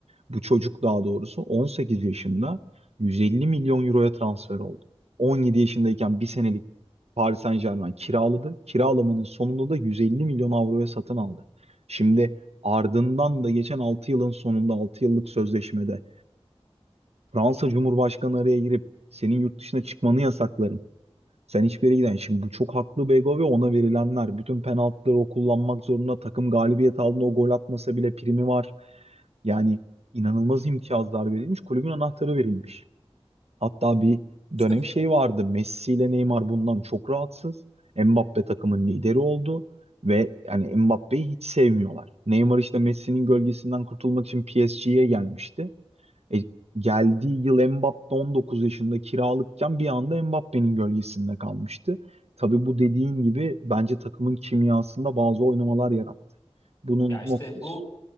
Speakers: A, on the right (about 70°); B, on the left (about 25°).
A: bu çocuk daha doğrusu 18 yaşında 150 milyon euroya transfer oldu. 17 yaşındayken bir senelik Paris Saint-Germain kiraladı. Kiralamanın sonunda da 150 milyon avroya satın aldı. Şimdi ardından da geçen 6 yılın sonunda 6 yıllık sözleşmede Fransa Cumhurbaşkanı araya girip senin yurt dışına çıkmanı yasaklarım sen hiçbir yere giden. Şimdi bu çok haklı Bego ve ona verilenler. Bütün penaltıları o kullanmak zorunda. Takım galibiyet aldığında o gol atmasa bile primi var. Yani inanılmaz imtiyazlar verilmiş. Kulübün anahtarı verilmiş. Hatta bir
B: işte
A: dönem şey vardı. Messi ile Neymar bundan çok rahatsız. Mbappe takımın lideri oldu. Ve yani Mbappe'yi hiç sevmiyorlar. Neymar işte Messi'nin gölgesinden kurtulmak için PSG'ye gelmişti. E, geldiği yıl Mbappe 19 yaşında kiralıkken bir anda Mbappe'nin gölgesinde kalmıştı. Tabii bu dediğin gibi bence takımın kimyasında bazı oynamalar yarattı. Bunun
B: ya işte
A: nok-
B: bu